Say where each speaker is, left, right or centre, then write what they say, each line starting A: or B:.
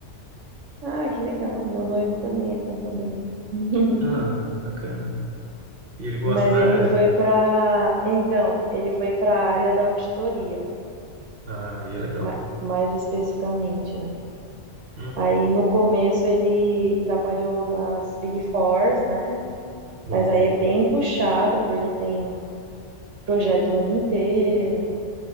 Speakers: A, on the right (about 75°); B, on the right (about 50°).
A: Ah, que legal. Meu noivo também é contador. <laughs>
B: Ah, bacana. E ele gosta
A: Mas
B: da
A: ele
B: área?
A: foi para, então, ele foi para a área da auditoria,
B: Ah, e é legal.
A: ma- mais especificamente, né?
B: Uhum.
A: Aí no começo ele trabalhou nas Big Fours, né?
B: Bom,
A: Mas aí é bem puxado porque tem projeto o ano inteiro.